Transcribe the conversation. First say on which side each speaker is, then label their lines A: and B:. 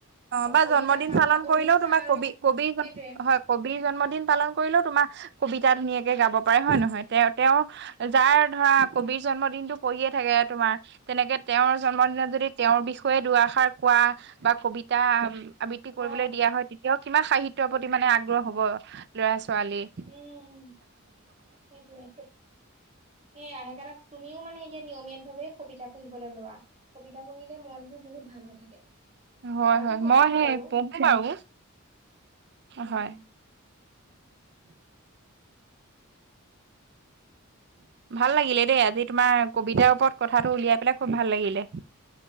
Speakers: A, on the right; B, on the right.
A: অ', বা
B: কবিতা
A: জন্মদিন
B: পাঠ
A: পালন
B: অনুষ্ঠান
A: কৰিলেও তোমাৰ
B: আৰু
A: কবি কবি হয়।
B: সেইটোৱে।
A: কবিৰ জন্মদিন পালন কৰিলেও তোমাৰ কবিতা ধুনীয়াকে গাব পাৰে হয় নহয়? তেওঁ তেওঁ যাৰ ধৰা কবিৰ জন্মদিনতটো পৰিয়ে থাকে তোমাৰ তেনেকে তেওঁৰ জন্মদিনত যদি তেওঁৰ বিষয়ে দুআষাৰ কোৱা বা কবিতা আবৃত্তি কৰিবলৈ
B: অ'।
A: দিয়া হয়। তেতিয়াও কিমান সাহিত্যৰ প্ৰতি মানে আগ্ৰহ হ'ব ল'ৰা ছোৱালীৰ।
B: উম সেইটোৱেটো, সেই আহে কাৰণে তুমিও মানে এতিয়া নিয়মীয়াত ভাৱে কবিতা পঢ়িবলৈ লোৱা। কবিতা পঢ়িলে মনবোৰ বহুত ভাল হৈ থাকে,
A: হয়
B: মইতো
A: হয়
B: পঢ়োৱেই
A: মই সেই
B: বাৰু।
A: পঢ়ো বাৰু
B: উম।
A: হয়। ভাল লাগিলে দেই আজি তোমাৰ কবিতাৰ ওপৰত কথাটো উলিয়াই পেলাই খুব ভাল লাগিলে।